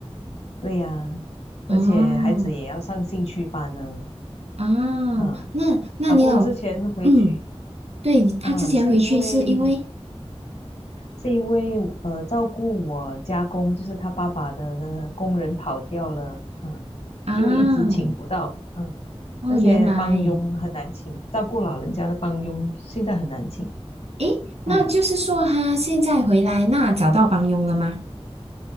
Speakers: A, on the left; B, on the right.
A: 对呀，而且孩子也要上兴趣班呢，
B: 哦，哦，
A: 嗯，
B: 那那你有，
A: 老公之前回去
B: 嗯，对，他之前回去是因为
A: 啊，是因为。是因为呃照顾我家公，就是他爸爸的那个工人跑掉了，嗯，
B: 啊，
A: 就一直请不到，嗯，
B: 哦，
A: 那些帮佣很难请，
B: 原来，
A: 照顾老人家的帮佣现在很难请，
B: 诶，那就是说他现在回来，
A: 嗯
B: 那找到帮佣了吗？